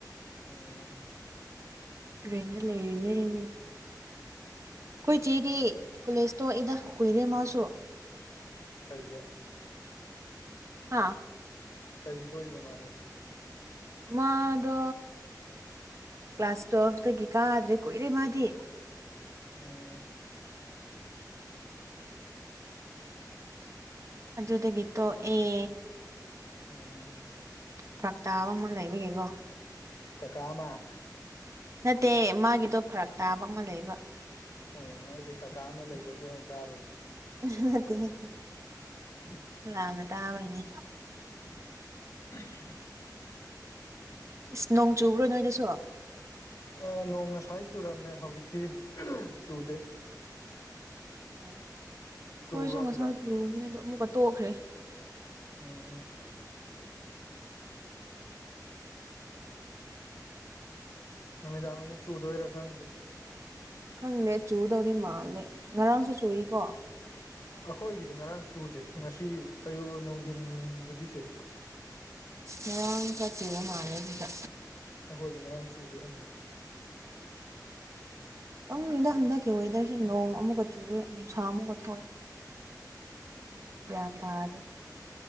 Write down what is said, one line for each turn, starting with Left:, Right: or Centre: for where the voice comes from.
Left: ꯑꯣ
Right: ꯔꯦꯟꯅ ꯂꯩꯔꯤꯅꯦ ꯈꯣꯏ ꯆꯦꯗꯤ ꯀꯣꯂꯦꯖ ꯇꯣꯛꯏꯗ ꯀꯨꯏꯔꯦ ꯃꯥꯁꯨ
Left: ꯀꯩꯒꯤ
Right: ꯍꯥꯥ
Left: ꯀꯩꯒꯤ ꯇꯣꯛꯏꯕ ꯃꯥꯗꯤ
Right: ꯃꯥꯗꯣ ꯀ꯭ꯂꯥꯁ ꯇꯨꯋꯦꯜꯐꯇꯥꯒꯤ ꯀꯥꯗ꯭ꯔꯦ ꯀꯨꯏꯔꯦ ꯃꯥꯗꯤ
Left: ꯎꯝ
Right: ꯑꯗꯨꯗꯒꯤ ꯇꯣꯛꯑꯦ
Left: ꯎꯝ
Right: ꯐ꯭ꯔꯛ ꯇꯥꯕ ꯑꯃ ꯂꯩꯕꯤꯒꯦꯀꯣ
Left: ꯀꯀꯥ ꯑꯃ
Right: ꯅꯠꯇꯦ ꯃꯥꯒꯤꯗꯣ ꯐꯔꯛ ꯇꯥꯕ ꯑꯃ ꯂꯩꯕ
Left: ꯑꯣ ꯑꯩꯗꯤ ꯀꯀꯥ ꯑꯃ ꯂꯩꯕꯒꯤ ꯍꯥꯏꯅ ꯇꯥꯔꯨꯔꯦ
Right: ꯑꯥ ꯅꯠꯇꯦꯍꯦ
Left: <inaudible>
Right: ꯂꯥꯟꯅ ꯇꯥꯕꯩꯅꯦ
Left: <unintelligible>
Right: ꯏꯁ ꯅꯣꯡ ꯆꯨꯕ꯭ꯔꯣ ꯅꯣꯏꯗꯁꯨ
Left: ꯑꯥ ꯅꯣꯡ ꯉꯁꯥꯏ ꯆꯨꯔꯝꯃꯦ ꯍꯧꯖꯤꯛꯇꯤ ꯆꯨꯗꯦ
Right: ꯑꯣ
Left: ꯆꯨꯕ꯭ꯔꯣ
Right: ꯈꯣꯏꯁꯨ ꯉꯁꯥꯏ
Left: ꯑꯗꯨꯗ
Right: ꯆꯨꯋꯦ ꯑꯗꯣ ꯑꯃꯨꯛꯀꯥ ꯇꯣꯛꯈ꯭ꯔꯦ
Left: ꯑꯣ ꯑꯣ ꯅꯨꯃꯤꯗꯥꯡ ꯑꯃꯨꯛ ꯆꯨꯗꯣꯏꯔꯥ ꯈꯪꯗꯦ
Right: ꯈꯪꯗꯦ ꯆꯨꯗꯧꯗꯤ ꯃꯥꯜꯂꯦ ꯉꯔꯥꯡꯁꯨ ꯆꯨꯏꯀꯣ
Left: ꯑꯩꯈꯣꯏꯒꯤꯗꯤ ꯉꯔꯥꯡ ꯆꯨꯗꯦ ꯉꯁꯤ ꯑꯌꯨꯛ ꯅꯨꯡꯗꯤꯟꯕꯨꯗꯤ ꯆꯨꯏ
Right: ꯉꯔꯥꯡ ꯈꯔ ꯆꯨꯕ ꯃꯥꯜꯂꯦ ꯑꯗꯨꯗ
Left: ꯑꯈꯣꯏꯗꯤ ꯉꯔꯥꯡ ꯆꯨꯗꯦ ꯑꯝꯕꯨꯛ
Right: ꯄꯪꯗꯦꯗ ꯍꯟꯗꯛꯀꯤ ꯋꯦꯗꯔꯁꯤ ꯅꯣꯡ ꯑꯃꯨꯛꯀꯥ ꯆꯨꯋꯦ ꯅꯨꯡꯁꯥ ꯑꯃꯨꯛꯀꯥ ꯊꯣꯛꯑꯦ ꯒ꯭ꯌꯥꯟ ꯇꯥꯗꯦ